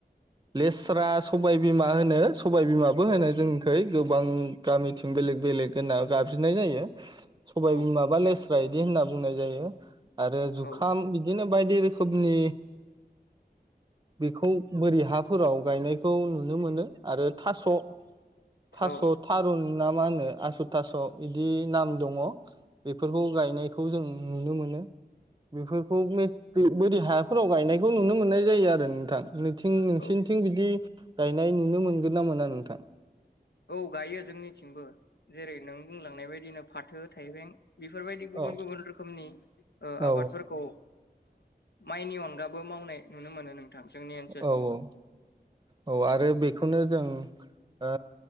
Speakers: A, on the right; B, on the left.
A: लेस्रा सबाय बिमा होनो सबाय बिमाबो
B: औ
A: होनाय जोंखै गोबां गामिथिं बेलेग बेलेग होनना गाबज्रिनाय जायो सबाय
B: औ
A: बिमाबा लेस्रा बि होनना बुंनाय जायो आरो जुखाम
B: औ
A: बिदिनो बायदि रोखोमनि बेखौ बोरै हाब फोराव गायनायखौ नुनो मोनो आरो थास' थास'
B: औ
A: थारुन ना मा होनो आसु थास' बिदि नाम दङ बेफोरखौ गायनायखौ जों नुनो मोनो बेफोरखौ बोरै हाफोराव गायनायखौ नुनो मोननाय जायो आरो नोंथां थिं नोंसोरनिथिं
B: औ
A: बिदि गायनाय नुनो मोनगोन ना मोना नोंथां
B: औ गायो जोंनिथिंबो जेरै नों बुंलांनाय बायदिनो फाथो थाइबें बेफोरबायदि गुबुन
A: औ
B: गुबुन रोखोमनि आबादफोरखौ
A: औ
B: माइनि अनगाबो मावनाय नुनो मोनो जोंनि ओनसोलथिंबो
A: औ औ औ आरो बेखौनो जों ओ